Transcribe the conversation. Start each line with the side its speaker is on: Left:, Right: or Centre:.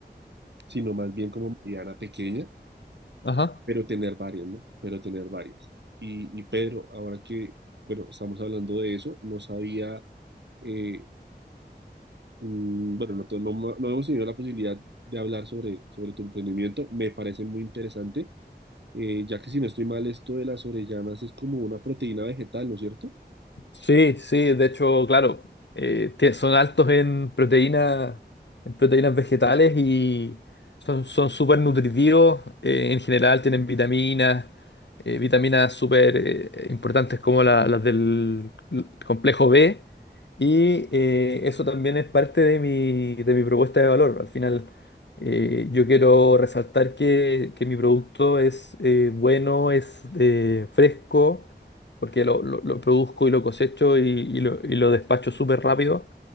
Right: sino más bien como mediana pequeña,
Left: Ajá.
Right: pero tener varias, ¿no? Pero tener varias. Y, y Pedro, ahora que, bueno, estamos hablando de eso, no sabía eh, Mm, Bueno, no, te- no, no hemos tenido la posibilidad de hablar sobre, sobre tu emprendimiento. Me parece muy interesante, eh, ya que si no estoy mal, esto de las orellanas es como una proteína vegetal, ¿no es cierto?
Left: Sí, sí, de hecho, claro, eh, tie- son altos en proteínas, en proteínas vegetales y son, son súper nutritivos. eh, en general tienen vitaminas, eh, vitaminas súper eh, importantes como la- las del complejo B. Y eh, eso también es parte de mi, de mi propuesta de valor. Al final, eh, yo quiero resaltar que, que mi producto es eh, bueno, es eh, fresco porque lo, lo- lo produzco y lo cosecho y, y lo, y lo despacho súper rápido,